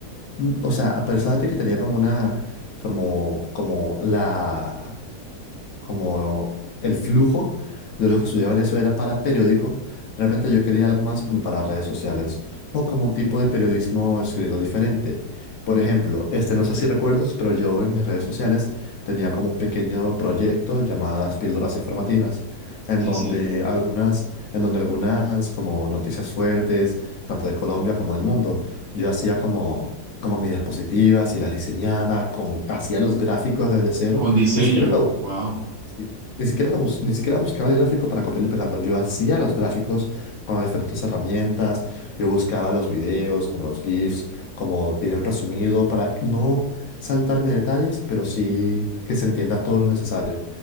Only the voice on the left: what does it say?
Mm, O sea, a pesar de que tenía como una como como la como el flujo de los que estudiaban eso era para periódico, realmente yo quería algo más como para redes sociales o como un tipo de periodismo escrito diferente. Por ejemplo, este no sé si recuerdas, pero yo en mis redes sociales tenía como un pequeño proyecto llamadas píldoras informativas, en
donde
algunas, en donde algunas como noticias fuertes, tanto de Colombia como del mundo, yo hacía como como mis diapositivas y las diseñaba, con, hacía los gráficos desde cero,
ni siquiera lo
Sí. Ni siquiera, la bus- ni siquiera buscaba el gráfico para copiarlo y pegarlo. Yo hacía los gráficos con diferentes herramientas. Yo buscaba los videos, como los GIFs, como bien resumido, para no saltarme detalles, pero sí que se entienda todo lo necesario.